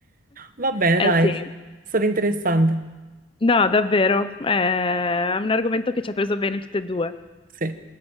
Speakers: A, on the right; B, on the left.
A: Va bene,
B: Eh
A: dai,
B: sì.
A: è stato interessante.
B: No, davvero, Eh, è un argomento che ci ha preso bene tutte e due.
A: Sì.